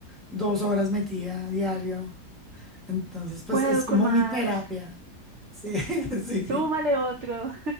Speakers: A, in the centre; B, on the right.
A: dos horas metida diario. Entonces pues
B: Puedo
A: es
B: con
A: como
B: más.
A: mi terapia. Sí, <laughs> sí, sí. sí.
B: Súmale otro.